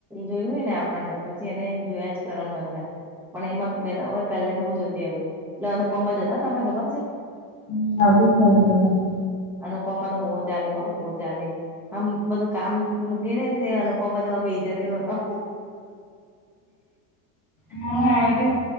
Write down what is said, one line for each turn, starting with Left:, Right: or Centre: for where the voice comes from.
Centre: જોયું હોય ને એ આપણને, પછી એને જોયા જ કરવાનું મન થાય. પણ એમાં મેં તો હવે પેલે બહુ જોતી એવું, એટલે અનુપમા જોતા તને ખબર છે?
Left: હમ્મ. <unintelligible>
Centre: અનુપમા તો બહુ ચાલી બાપા બહુ ચાલી. આમ બધું કામ મૂકી રે છે એ અનુપમા જોવા બેહી જતી હું તો.
Left: હા
Centre: અને
Left: <unintelligible>
Centre: હવે
Left: <unintelligible>
Centre: તો